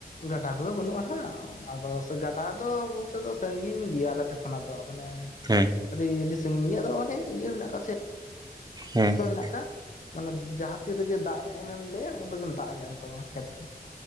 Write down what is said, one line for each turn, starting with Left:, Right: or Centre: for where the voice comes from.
Left: ᱜᱟᱰᱟ ᱠᱚᱫᱚ ᱵᱟᱹᱱᱩᱜ-ᱟ ᱦᱟᱸᱜ ᱟᱫᱚ ᱜᱟᱰᱟ ᱫᱚ ᱵᱚᱞᱛᱮ ᱫᱚ ᱥᱟᱺᱜᱤᱧ ᱜᱮᱭᱟ ᱟᱞᱮ ᱴᱷᱮᱱ ᱠᱷᱚᱱᱟᱜ ᱫᱚ ᱢᱟᱱᱮ
Right: ᱦᱮᱸ ᱾
Left: ᱟᱹᱰᱤ ᱟᱹᱰᱤ ᱥᱟᱺᱜᱤᱧ ᱜᱮᱭᱟ ᱟᱫᱚ ᱚᱱᱟ ᱤᱭᱟᱹ ᱢᱮᱱᱟᱜ ᱟᱠᱟ ᱥᱮᱫ
Right: ᱦᱮᱸ
Left: ᱢᱮᱱᱟᱜ
Right: ᱾
Left: ᱠᱟᱜᱼᱟ ᱢᱟᱱᱮ ᱡᱟᱦᱟᱸ ᱛᱤ ᱨᱮᱜᱮ ᱫᱟᱜ ᱮ ᱮᱢᱮᱢ ᱞᱟᱹᱭᱟ ᱩᱱ ᱨᱮᱜᱮᱢ ᱫᱟᱜ ᱮᱢ ᱛᱟᱢᱟ ᱠᱷᱮᱛ ᱨᱮ ᱾